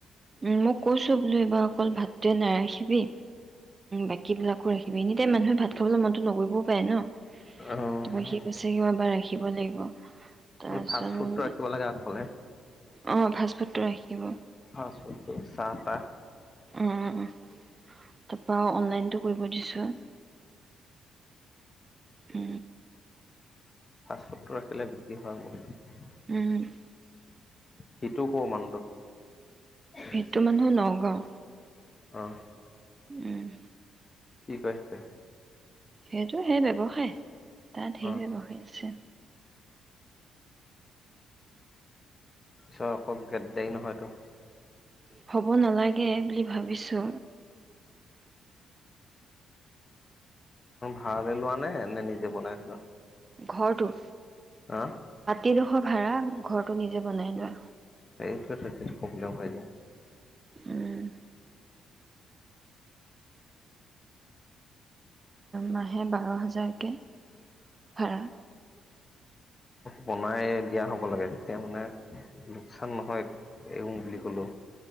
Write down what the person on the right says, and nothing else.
উম- মই কৈছো বোলো এইবাৰ অকল ভাতটোৱে নাৰাখিবি, বাকী বিলাকো ৰাখিবি এনিটাইম মানুহে ভাত খাবলৈ মনতো নকৰিবও পাৰে ন?
তাৰপৰা সি কৈছে কি এইবাৰ ৰাখিব লাগিব। তাৰপিছত
অ ফাষ্ট ফুডটো ৰাখিব।
অ-অ তাৰাপা অনলাইনটো কৰিব দিছো। উ
উম-
ইটো মানুহ নগাঁও।
উম-
সেইটো হে- ব্যৱসায়। তাৰ ধেৰ
ব্যবসায় আছে।
হ'ব নালাগে- বুলি ভাবিছো।
ঘৰটো?
এইডোখৰ ভাড়া ঘৰটো নিজে বনাই লোৱা
উম মাহে বাৰ হাজাৰকে ভাড়া